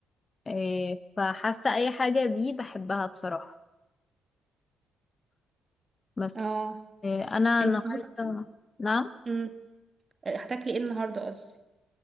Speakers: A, on the left; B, on the right.
A: إيه، فحاسه اي حاجه بيه بحبها بصراحه بس
B: اه
A: إيه، انا
B: انت
A: النهارده
B: طبختي ايه؟
A: نعم
B: امم هتاكلي ايه النهاردة قصدي